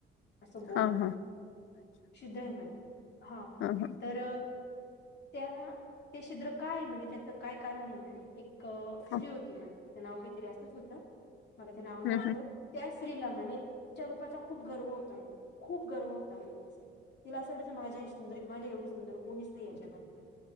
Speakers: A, on the left; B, on the left.
A: असं गोल
B: हा हा
A: छिद्र आहे म्हणे हा
B: हां, हां.
A: तर त्या ते छिद्र का आहे म्हणे त्याचं काय कारण आहे म्हणे एक स्त्री
B: हां.
A: होती म्हणे तिचं नाव कायतरी असंच होतं मला ते नाव नाही
B: हं,
A: आठवत
B: हं, हं.
A: त्या स्त्रीला म्हणे तिच्या रूपाचा खूप गर्व होता म्हणे खूप गर्व होता म्हणे तिचा तिला असं वाटायच माझ्या सुंदर माझ्या एवढी सुंदर कोणीच नाही या जगात मध्ये